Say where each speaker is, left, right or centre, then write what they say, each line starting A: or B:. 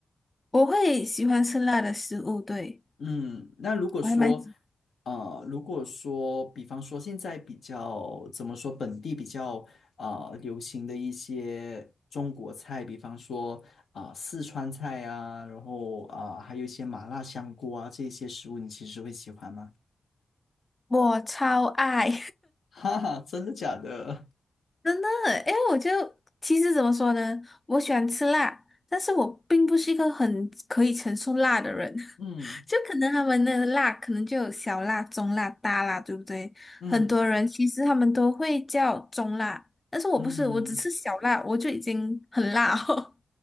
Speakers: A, on the left (about 25°); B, on the left (about 75°).
A: 我会喜欢吃辣的食物，对，
B: 嗯，那如果说，
A: 我还蛮，
B: 呃，如果说，比方说现在比较怎么说，本地比较呃流行的一些中国菜，比方说啊、呃四川菜啊，然后啊、呃还有一些麻辣香锅啊这些食物，你其实会喜欢吗？
A: 我超爱，
B: <laughs> 哈哈，真的假的？
A: <laughs> 真的。哎，我就其实怎么说呢，我喜欢吃辣，但是我并不是一个很可以承受辣的人。
B: 嗯
A: 就可能他们的辣可能就有小辣、中辣、大辣，对不对？
B: 嗯
A: 很多人其实他们都会叫中辣，但是我不是，
B: 嗯。
A: 我只吃小辣，我就已经很辣哦。